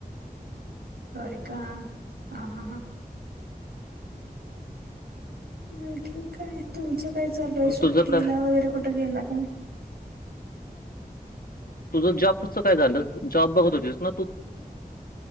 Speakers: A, on the right (about 80°); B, on the left (about 65°).
A: होय का? हा हा हा आणखीन काय तुमचं? काय चालूय
B: मग
A: सुट्टीला
B: तुझं काय
A: वगैरे कुठं गेला का ना
B: तुझं जॉबच काय झालं, जॉब बघत होतीस ना तू?